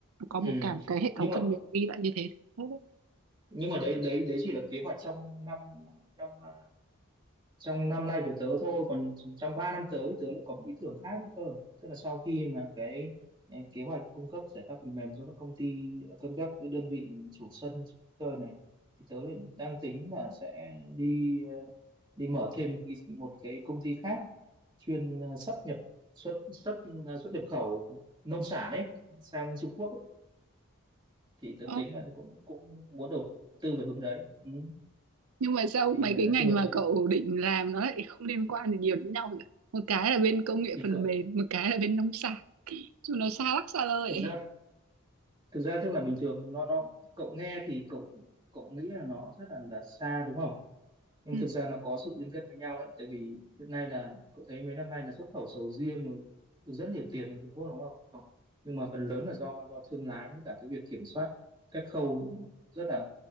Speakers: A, on the right; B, on the right.
A: có một
B: ừ.
A: cả một cái hệ thống
B: nhưng mà
A: phần mềm ghi lại như thế. Tốt đấy.
B: nhưng mà đấy đấy đấy chỉ là kế hoạch trong năm năm năm, à, trong năm nay của tớ thôi còn trong 3 năm tới tớ lại có một ý tưởng khác nữa cơ tức là sau khi mà cái, cái kế hoạch cung cấp giải pháp phần mềm cho các công ty công các cái đơn vị chủ sân chơi này thì tớ lại đang tính là sẽ đi ờ, đi mở thêm một cái một cái công ty khác chuyên à, xuất nhập xuất xuất à, xuất nhập khẩu nông sản ấy sang Trung Quốc thì tớ
A: Ờ,
B: tính là tớ cũng cũng muốn đầu tư về hướng đấy ừ.
A: nhưng mà sao
B: thì
A: mấy
B: à,
A: cái
B: nói
A: ngành
B: chung là
A: mà
B: tớ
A: cậu định làm nó lại không liên quan gì nhiều đến nhau vậy? Một cái là bên công nghệ
B: thì
A: phần
B: cậu
A: mềm, một cái là bên nông sản. Chứ nó xa lắc xa lơi
B: thực
A: ấy.
B: ra thực ra tức là bình thường nó nó cậu nghe thì cậu cậu nghĩ là nó rất là là xa đúng không nhưng
A: Ừ.
B: thực ra nó có sự liên kết với nhau đấy tại vì hiện nay là cậu thấy mấy năm nay là xuất khẩu sầu riêng rồi được rất nhiều tiền ở Trung Quốc đúng không nhưng mà phần lớn là do do thương lái với cả cái việc kiểm soát các khâu rất là